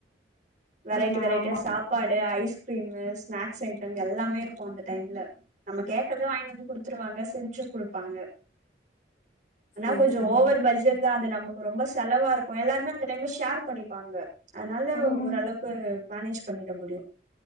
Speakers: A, on the right; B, on the left.
A: வெரைட்டி
B: ஆனா
A: வெரைட்டியா
B: ஆமா
A: சாப்பாடு ஐஸ்கிரீமு ஸ்நாக்ஸ் ஐட்டம் எல்லாமேருக்கும் அந்த டைம்ல நம்ம கேக்றத வாய்ன்னு வந்து குடுத்துருவாங்க செஞ்சும் குடுப்பாங்க ஆனா
B: சரி
A: கொஞ்சோ
B: சரிங்க.
A: ஓவர் பட்ஜெட் தா அது நம ரொம்ப செலவாருக்கும் எல்லார்மே அந்த டைம்ல ஷார் பண்ணிப்பாங்க அத்னால
B: ஆ
A: ஓரளவு கு மேனேஜ் பண்ணிட முடியு